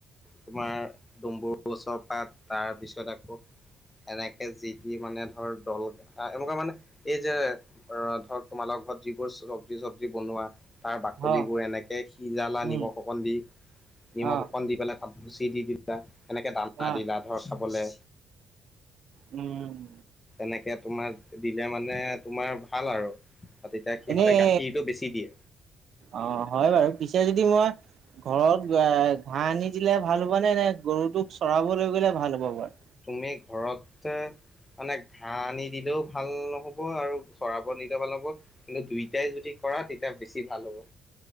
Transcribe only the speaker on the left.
তোমাৰ ডম্বৰু গছৰ পাত তাৰপিছত আকৌ এনেকে যি টি মানে ধৰ দল এনেকুৱা মানে এই যে ধৰক তোমালোকৰ ঘৰত যিবোৰ চবজি চবজি বনোৱা তাৰ বাকলিবোৰ
এনেকে সিজালা
নিমখ অকণ দি, নিমখ
অকণ দি পেলাই তাত ভুচি দি দিলা এনেকে দানা
দিলা ধৰ খাবলে
এনেকে তোমাৰ দিলে মানে তোমাৰ ভাল আৰু। আৰু তেতিয়া সিহঁতে
গাখীৰটো বেছি দিয়ে
আমি ঘৰতে মানে ঘাঁহ আনি দিলেও ভাল নহব আৰু চৰাব নিলেও ভাল হব কিন্তু দুইটাই যদি কৰা তেতিয়া বেছি ভাল হ'ব।